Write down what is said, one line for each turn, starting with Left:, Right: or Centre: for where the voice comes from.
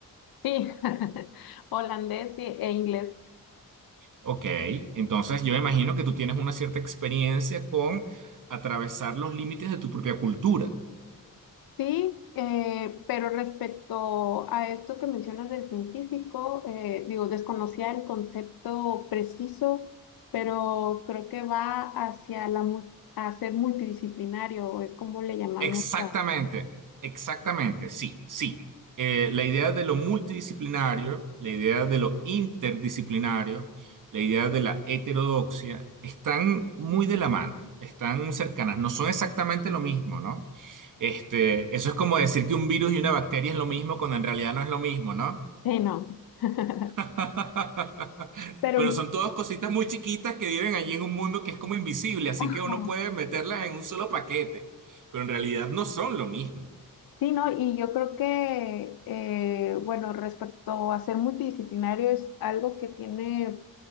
Left: Sí, <laughs> holandés y- e inglés.
Right: Ok, entonces yo me imagino que tú tienes una cierta experiencia con atravesar los límites de tu propia cultura.
Left: Sí, eh, pero respecto a esto que mencionas del científico, eh, digo, desconocía el concepto preciso, pero creo que va hacia la, mul- a ser multidisciplinario, es como le llamamos
Right: Exactamente,
Left: a...
Right: exactamente, sí, sí. Eh, la idea de lo multidisciplinario, la idea de lo interdisciplinario, la idea de la heterodoxia, están muy de la mano, están cercanas, no son exactamente lo mismo, ¿no? Este, eso es como decir que un virus y una bacteria es lo mismo cuando en realidad no es lo mismo, ¿no?
Left: Sí, no. <laughs>
Right: <laughs>
Left: Pero,
Right: Pero son todas cositas muy chiquitas que viven allí en un mundo que es como invisible, así
Left: ajá,
Right: que uno puede meterlas en un solo paquete, pero en realidad no son lo mismo.
Left: sí, ¿no? Y yo creo que, eh, bueno, respecto a ser multidisciplinario es algo que tiene,